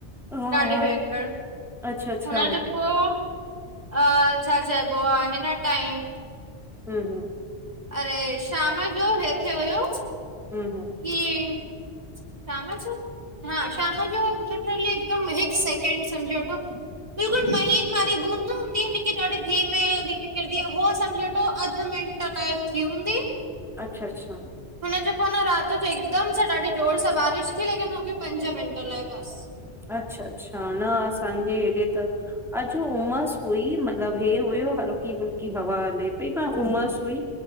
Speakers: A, in the centre; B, on the right.
A: हा
B: ॾाडी
A: हा
B: भयंकर
A: अच्छा अच्छा
B: हुन
A: हम्म
B: जे पो छा चइबो आ हिन टाइम
A: हुं
B: अरे शाम जो हेते हुयो
A: हुं हुं
B: की शाम जो हा शाम जो लिटरली हिक महज सेकेंड समझी वठो बिलकुल महीन वारी बूंद न हूंदी आ जेकी ॾाडे धीमे धीमे किरदी आ हो समझ वठो अध मि लाइक थी हूंदी
A: अच्छा अच्छा
B: हुनजे पोए न रात जो हिकदम सां ॾाडी जोर सां बारिश थी लेकिन हू बि पंज मिंट लाए बस
A: अच्छा अच्छा न असांजे हेॾे त अॼु उमस हुई मतलब हे हुयो हलकी फुलकी हवा हले पई पर उमस हुई